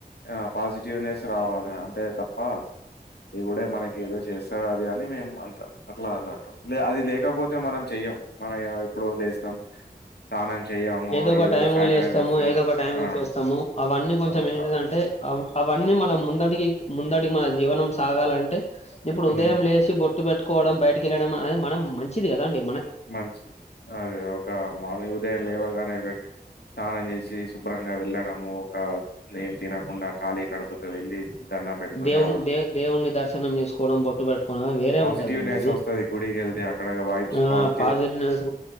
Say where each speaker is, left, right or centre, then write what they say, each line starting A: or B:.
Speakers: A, on the left; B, on the left.
A: ఆ పాజిటివ్నెస్ రావాల అంతే తప్ప దేవుడే మనకి ఏదో చేస్తారో అది అని మేమ్ అంత అట్లా అన్నట్టు అది లేకపోతే మనం చెయ్యం మన ఎప్పుడు లేస్తాం స్నానం చెయ్యము
B: ఏదోక
A: ఏదో
B: టైం
A: సాయంత్రం
B: లేస్తాము
A: చేస్తాం
B: ఏదోక టైము
A: ఆ
B: చేస్తాము అవన్నీ కొంచెం
A: అట్లా
B: ఏంటిది అంటే అవ్ అవన్నీ మనం ముంద అడుగెక్కి ముంద మా జీవనం సాగాలంటే ఇప్పుడు
A: హ్మ్.
B: ఉదయం లేచి బొ ట్టు పెట్టుకోవడం బయటకి ఎళ్ళడం అది మనం మంచిది కదండి
A: మంచి అదే ఒక మార్నింగ్ ఉదయం లేవగానే పెట్ స్నానం చేసి శుభ్రంగా వెళ్ళడము ఒక నేం తినకుండా ఖాళీ కడపుతో వెళ్లి దణ్ణం పెట్టుకుని
B: దేవుని
A: రావడం
B: దే దేవుని దర్శనం చేసుకోవడం బొట్టు పెట్టుకోవడం వేరే
A: పాజిటివ్
B: ఉంటదండి
A: నెస్
B: అది
A: వస్తుంది గుడికి ఏళ్ తే అక్కడ వైబ్స్
B: ఆ
A: పాజి
B: పాజిటివ్నెస్